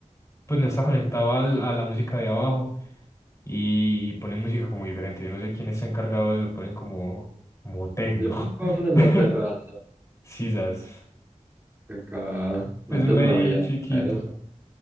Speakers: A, on the left; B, on the right.
A: pues no está conectado al, a la música de abajo y ponen música como diferente. Yo no sé quién está encargado de eso, ponen como, como tecno.
B: Dieron un bafle en
A: <laughs>
B: la terraza.
A: Sí, sas.
B: Que acá
A: Pues
B: antes
A: uno
B: no
A: ahí
B: había
A: chiquito.
B: nada de eso.